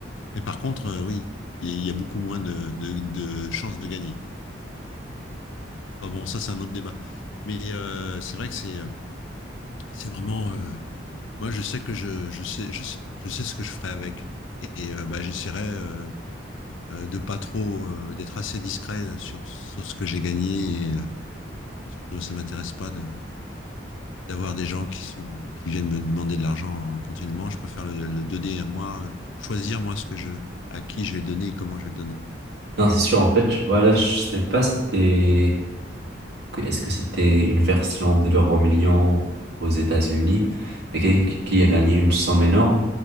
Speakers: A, on the left; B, on the right.
A: Mais par contre, euh, oui, il y a beaucoup moins de, de- de chances de gagner. Enfin, bon, ça, c'est un autre débat. Mais euh, c'est vrai que c'est euh, c'est vraiment. euh, moi, je sais que je, je sais, je sais, je sais ce que je ferai avec. Et, et, euh, bah, j'essaierai euh, euh, de pas trop, euh, d'être assez discret sur, sur ce que j'ai gagné. Et, euh, parce que ça m'intéresse pas de d'avoir des gens qui sont qui viennent me demander de l'argent continuellement. Je préfère le, le donner à moi, euh, choisir moi ce que je à qui je vais le donner et comment je vais le donner.
B: Non, c'est sûr. En fait, voilà, je sais pas si t'es... que- Est-ce que c'était une version de l'euro million aux États-Unis, mais qui qui a gagné une somme énorme?